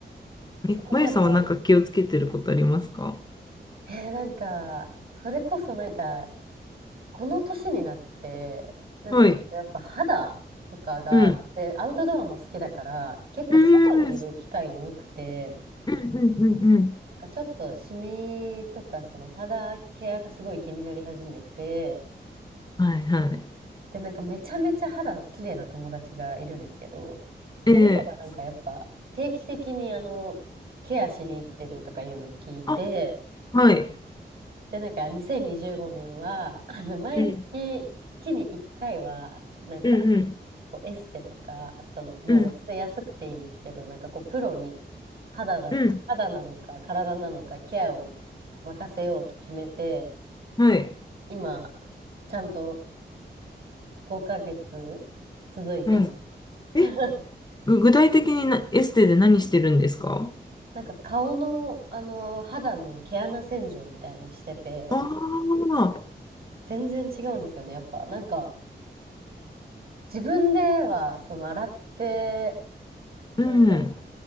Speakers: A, on the right; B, on the left.
A: そこまでは。
B: え、まゆさんはなんか気をつけてることありますか
A: えー、なんか、それこそなんか、この年になって、なんかちょっとやっぱ肌とかが、
B: はい。うん。
A: で、アウトドアも好きだから、結構外にいる機会も多くて、
B: うん。うんうんうんうん。
A: なんかちょっとシミとかその肌ケアがすごい気になり始めて、
B: はいはい。
A: で、なんかめちゃめちゃ肌綺麗な友達がいるんですけど、その子がなんかやっぱ定期的にあの、
B: ええ
A: ケアしに行ってるとかいうのを聞いて、
B: あ、はい。
A: で、なんか2025年は、あの、毎月、
B: うん
A: 月に1回は、なんか、
B: うんうん
A: こうエステとか、その、もう全然安くていいんですけど、
B: うん
A: なんかこう、プロに肌だ、
B: うん。
A: 肌なのか体なのかケアを任せようと決めて、
B: はい。
A: 今、ちゃんと5ヶ月続いてます。
B: はい。
A: <laughs>
B: え、ぐ具体的になエステで何してるんですか
A: なんか顔の、あの、肌の毛穴洗浄みたいのをしてて、
B: ああ、
A: 全然違うんですよね、やっぱ。なんか、自分では、その、洗って、
B: うん、
A: なん